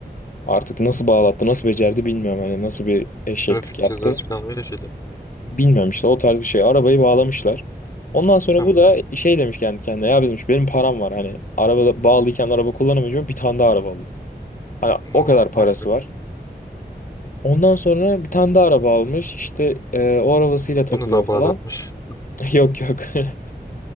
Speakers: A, on the left; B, on the left.
A: Artık nasıl bağlattı, nasıl becerdi bilmiyorum. Hani nasıl bir eşeklik
B: Trafik
A: yaptı.
B: cezası falan öyle şeyler.
A: Bilmiyorum işte o tarz bir şey. Arabayı bağlamışlar. Ondan sonra
B: Tamam.
A: bu da şey demiş kendi kendine. Ya demiş benim param var hani arabada bağlıyken araba kullanamayacağım bir tane daha araba alayım. Hani o
B: O,
A: kadar parası
B: aferin.
A: var. Ondan sonra bir tane daha araba almış. işte e, o arabasıyla takılıyor
B: Onu da
A: falan.
B: bağlatmış.
A: <laughs> Yok yok. <laughs>